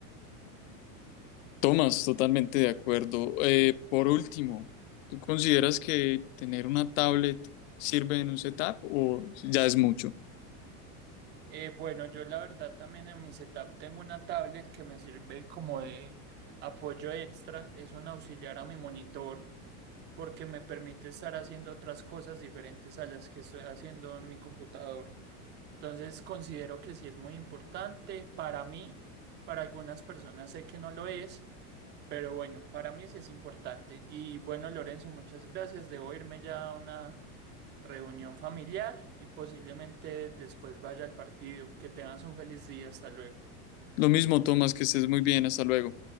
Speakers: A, on the left (about 60°); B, on the right (about 25°).
A: Tomás, totalmente de acuerdo. Eh, por último, ¿tú consideras que tener una tablet sirve en un setup o ya es mucho?
B: Eh, bueno, yo la verdad también en mi setup tengo una tablet que me sirve como de apoyo extra, es un auxiliar a mi monitor porque me permite estar haciendo otras cosas diferentes a las que estoy haciendo en mi computador. Entonces considero que sí es muy importante para mí, para algunas personas sé que no lo es, pero bueno, para mí sí es importante. Y bueno, Lorenzo, muchas gracias. Debo irme ya a una reunión familiar y posiblemente después vaya al partido. Que tengas un feliz día. Hasta luego.
A: Lo mismo, Tomás, que estés muy bien, hasta luego.